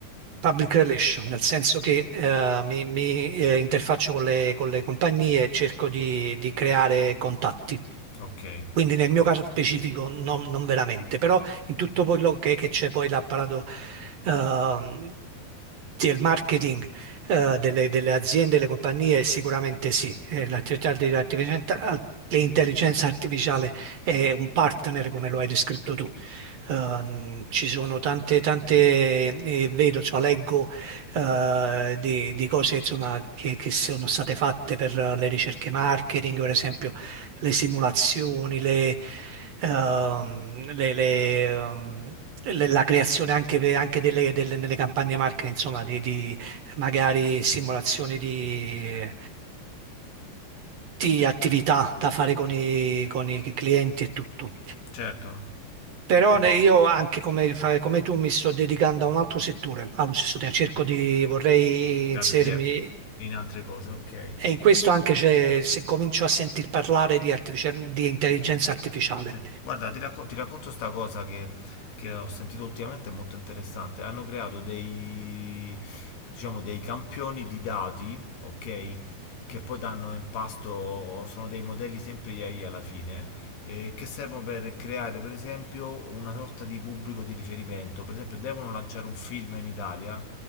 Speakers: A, on the right; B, on the left.
A: public relation, nel senso che eh, mi, mi, eh, interfaccio con le, con le compagnie e cerco di, di creare contatti.
B: Ok,
A: Quindi nel mio caso specifico non, non veramente, però in tutto quello che che c'è poi l'apparato ehm, del marketing eh, delle, delle aziende, delle compagnie, sicuramente sì. Eh, l'attività dell'artificiale- L'intelligenza artificiale è un partner come lo hai descritto tu. Ehm, ci sono tante, tante, eh, vedo, insomma, leggo eh, di, di cose insomma, che, che sono state fatte per le ricerche marketing, per esempio le simulazioni, le, ehm, le- le, ehm, le- la creazione anche, anche delle, delle- nelle campagne marketing, insomma, di, di- magari simulazioni di, di attività da fare con i, con i clienti e tutto.
B: certo,
A: Però
B: certo,
A: ne- io anche come, fa- come tu mi sto dedicando a un altro settore, allo stesso tempo cerco di, vorrei inserirmi,
B: Ah, per- yeah, in altre cose, ok.
A: e in questo anche c'è, se comincio a sentir parlare di, artificial- di intelligenza artificiale.
B: Sì. Guarda, ti racco- ti racconto questa cosa che, che ho sentito ultimamente, è molto interessante. Hanno creato dei, diciamo, dei campioni di dati, ok? Che poi danno in pasto, sono dei modelli sempre di AI alla fine, eh, che servono per creare, per esempio, una sorta di pubblico di riferimento. Per esempio, devono lanciare un film in Italia,